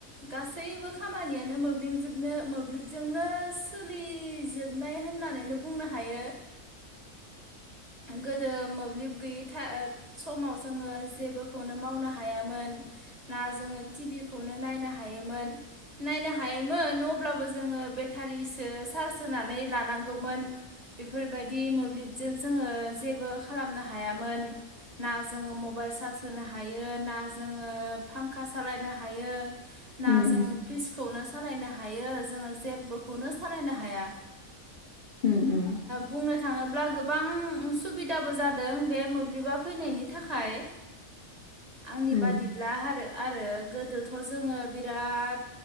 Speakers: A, on the right (about 30°); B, on the left (about 45°).
A: गास गासैबो खामानियानो मोब्लिबजोबनो मोब्लिबजोंनो सोलिजोबनाय होननानैनो बुंनो हायो गोदो मोब्लिब गैयि थाइ समाव जोङो जेबोखौनो मावनो हायामोन ना जोङो तिभि खौनो नायनो हायोमोन नायनो हायोमोन अब्लाबो जोङो बेथारिसो सार्ज होनानै लानांगौमोन बेफोरबायदि मोब्लिबजों जोङो जेबो खालामनो हायामोन ना जोङो मबाइल सार्ज होनो हायो ना जोङो फांखा सालायनो हायो ना
B: उम उम
A: जोङो फ्रिजखौनो स सालायनो हायो जोङो जेब्बोखौनो सालायनो हाया।
B: उम उम
A: बुंनो थाङोब्ला गोबां सुबिदाबो जादों बे मोब्लिबा फैनायनि थाखाय। आंनि
B: उम
A: बादिब्लाहा आरो आरो गोदोथ' जोङो बिराद